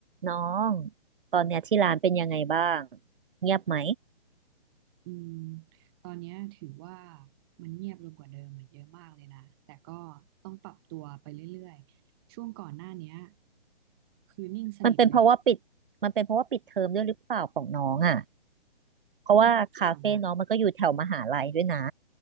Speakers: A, on the right; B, on the right.
A: น้องตอนเนี้ยที่ร้านเป็นยังไงบ้างเงียบไหม
B: อืมตอนเนี้ยถือว่ามันเงียบลงกว่าเดิมอะเยอะมากเลยนะ แต่ก็ต้องปรับตัวไปเรื่อยๆ ช่วงก่อนหน้าเนี้ยคือนิ่งสนิทเลย
A: มันเป็นเพราะว่าปิดมันเป็นเพราะว่าปิดเทอมด้วยหรือเปล่าของน้องอ่ะเพราะว่าคาเฟ่น้องมันก็อยู่แถวมหาลัยด้วยนะ
B: มันก็เกี่ยวนะ